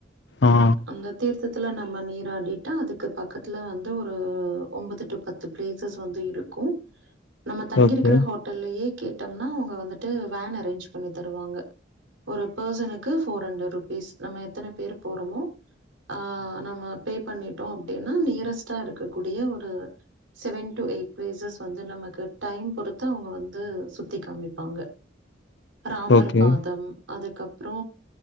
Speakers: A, on the left; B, on the right.
A: ஆ
B: அந்த தீர்த் தத்துல நம்ம நீராடிட்டா அதுக்கு பக்கத்துல வந்து ஒரு ஒம்பது டு பத்து பிளேசஸ் வந்து இருக்கூ நம்ம தங்கிருக்கிற
A: ஓகே
B: ஹோட்டல்லயே கேட்டோம்னா அவுங்க வந்துட்டு வேன் அரேஞ்ச் பண்ணி தருவாங்க ஒரு பெர்சனுக்கு போர் ஹண்ட்ரட் ருபீ பீஸ் நம்ம எத்தன பேர் போறோமோ ஆ நம்ம பே பண்ணிட்டோ அப்டின்னா நியரஸ்ட்டா இருக்கக்கூடிய ஒரு செவன் டு எயிட் பிளேசஸ் வந்து நமக்கு டைம் பொறுத்து அவுங்க வந்து சுத்தி காமிப்பாங்க ராமர்
A: ஓகே
B: பாதம் அதுக்கப்றோ